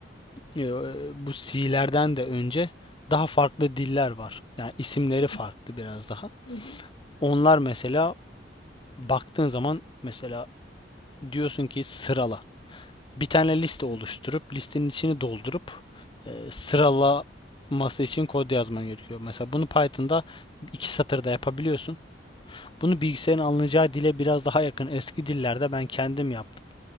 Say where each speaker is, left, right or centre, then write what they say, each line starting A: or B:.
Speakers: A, on the left (about 25°); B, on the left (about 55°).
A: e, bu C'lerden de önce daha farklı diller var. Yani isimleri
B: hı hı,
A: farklı biraz daha.
B: hı hı.
A: Onlar mesela baktığın zaman mesela diyorsun ki sırala. Bir tane liste oluşturup
B: Evet,
A: listenin içini doldurup e, sıralaması için kod yazman gerekiyor. Mesela bunu Python'da iki satırda yapabiliyorsun. Bunu bilgisayarın anlayacağı dile biraz daha yakın eski dillerde ben kendim yaptım.